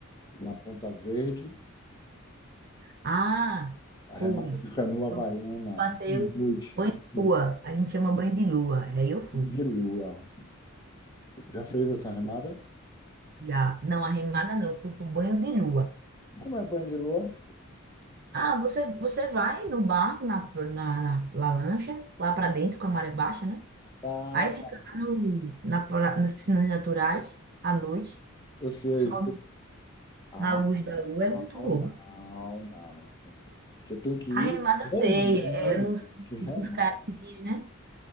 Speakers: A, on the left (about 20°); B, on the right (about 50°).
A: na Ponta Verde,
B: Ah,
A: a
B: fui.
A: remada de canoa havaiana,
B: Foi um Passeio
A: um boot de, né,
B: lua. A gente chama banho de lua. Aí eu fui.
A: de lua. Já fez essa remada?
B: Já, não, arrimada não, eu fui pro banho de lua.
A: Como é banho de lua?
B: Ah, você, você vai no barco, na, na, na- na lancha, lá pra dentro com a maré baixa, né?
A: Tá,
B: Aí fica
A: tá.
B: lá no, na, pra- nas piscinas naturais à noite,
A: Eu sei.
B: só
A: Ah,
B: na luz da lua,
A: não,
B: é muito bom.
A: não, não, não. Você tem que ir
B: A remada
A: remando.
B: eu sei, é nos,
A: Que remando.
B: nos, nos caiaquezinhos, né?